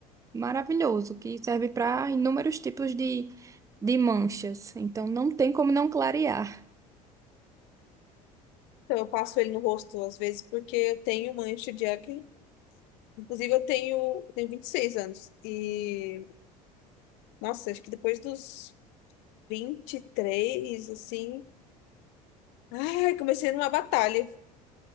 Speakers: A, on the right; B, on the left.
A: maravilhoso que serve para inúmeros tipos de, de manchas. Então não tem como não clarear.
B: Então eu passo ele no rosto às vezes porque eu tenho mancha de acne. Inclusive eu tenho, eu tenho 26 anos e, nossa, acho que depois dos 23 assim, ai, comecei numa batalha